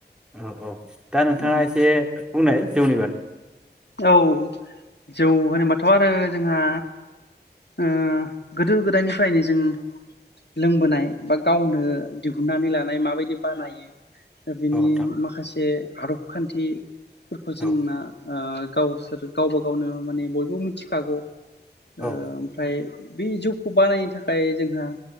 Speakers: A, in the centre; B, on the left.
A: औ औ दा नोंथाङा
B: औ
A: एसे बुंनाय जौवनि बागै
B: औ जौ होनोबाथ आरो जोंहा ओ गोदो गोदायनिफ्रायनो जों लोंबोनाय बा गावनो दिहुननानै लानाय माबायदि बानायो दा बिनि
A: औ नोंथां
B: माखासे आरब खान्थि फोरखौ जों
A: औ
B: ना ओ गावसोर गावबा गावनो माने बयबो मिथिखागौ ओ
A: औ
B: ओमफ्राय बे जौखौ बानायनो थाखाय जोंहा